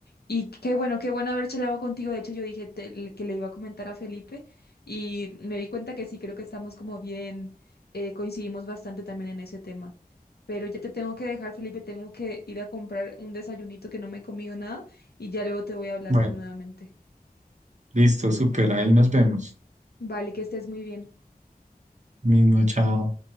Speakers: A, on the left; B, on the right.
A: Y qué bueno, qué bueno haber charlado contigo. De hecho, yo dije te- le- que le iba a comentar a Felipe y me di cuenta que sí, creo que estamos como bien, eh, coincidimos bastante también en ese tema. Pero ya te tengo que dejar, Felipe, tengo que ir a comprar un desayunito que no me he comido nada y ya luego te voy hablando
B: Bueno,
A: nuevamente.
B: listo, súper, ahí nos vemos.
A: Vale, que estés muy bien.
B: Mismo, chao.